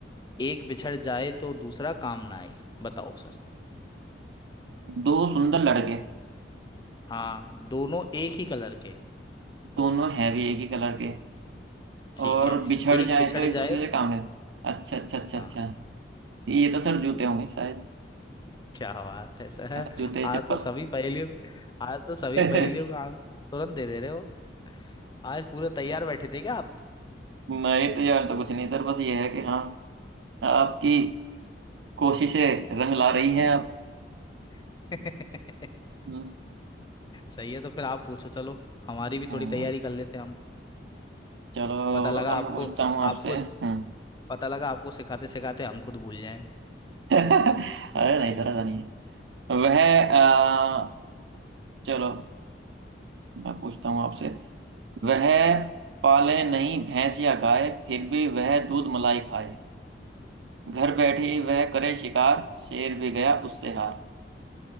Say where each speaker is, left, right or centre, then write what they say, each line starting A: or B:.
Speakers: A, on the left (about 25°); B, on the right (about 80°).
A: एक बिछड़ जाए तो दूसरा काम ना आए बताओ सर
B: दो सुंदर लड़के
A: हाँ दोनों एक ही कलर के
B: दोनों हैं भी एक ही कलर के
A: ठीक
B: और
A: है
B: बिछड़
A: एक
B: जाएं
A: बिछड़
B: तो एक
A: जाए
B: दूसरे से काम नहीं अच्छा अच्छा अच्छा
A: हाँ
B: अच्छा ये तो सर जूते होंगे शायद
A: क्या बात है सर
B: हाँ, जूते
A: आज
B: चप्पल
A: तो सभी पहेलियों आज तो सभी
B: <laughs>
A: पहेलियों का आंसर तुरंत दे दे रहे हो आज पूरे तैयार बैठे थे क्या आप
B: मैं तो यार तो कुछ नहीं सर बस ये है कि हाँ आपकी कोशिशें रंग ला रही हैं आप
A: <laughs>
B: हम्म,
A: सही है तो फिर आप पूछो चलो हमारी भी
B: हम्म,
A: थोड़ी तैयारी कर लेते हैं हम
B: चलो
A: पता लगा
B: अब
A: आपको
B: मैं पूछता हूँ आपसे
A: आपको
B: हम्म
A: पता लगा आपको सिखाते सिखाते हम खुद भूल जाएं
B: <laughs> अरे नहीं सर ऐसा नहीं है वह अ, चलो मैं पूछता हूँ आपसे वह पाले नहीं भैंस या गाय फिर भी वह दूध मलाई खाए घर बैठी वह करे शिकार शेर भी गया उससे हार